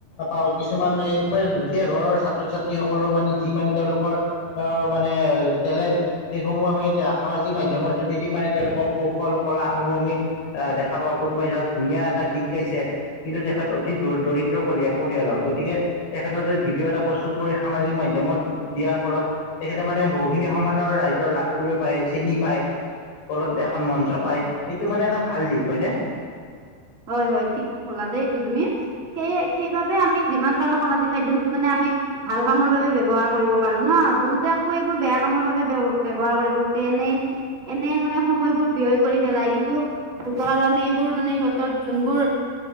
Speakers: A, on the left; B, on the right.
A: পা কিছুমান একেবাৰে দুখীয়া ঘৰত ছাত্ৰ- ছাত্ৰীসকলৰ মানে যি মানে তেওঁলোক বৰ অ মানে টেলেণ্ট সেইসমূহ আমি এতিয়া সামাজিক মাধ্যমৰ যোগেদি মানে তেওঁলোক ক কৌশল কলাসমূহ আমি আ দেখা পাওঁ, কোনোবাই ধৰ ধুনীয়া এটা গীত গাইছে কিন্তু তেখেত অতি দ দৰিদ্ৰ পৰিয়ালৰ গতিকে তেখেতৰ যদি ভিডিঅ' এটা প্ৰস্তুত কৰি সামাজিক মাধ্যমত দিয়াৰ ফলত তেখেতে মানে বহুখিনি সমাজৰ ৰাইজৰ লাভ কৰিব পাৰে চিনি পায় বলত এখন মঞ্চ
B: হয়
A: পায়, সেইটো মানে এটা ভাল দিশ হয় নে?
B: হয় হয় ঠিক হ'লা দেই এইটো তুমি, সেইয়ে সেইবাবে আমি যিমান পাৰো সামাজিক মাধ্যমটো মানে আমি ভাল কামৰ বাবে ব্যৱহাৰ কৰিব পাৰো ন। বহুতে আকৌ এইবোৰ বেয়া কামৰ বাবে বে ব্যৱহাৰ কৰিব বহুতে এনে এনে মানে সময়বোৰ ব্যয় কৰি পেলাই কিন্তু, ধৰ আৰু আমি এইবোৰ মানে সিহঁতৰ যোনবোৰ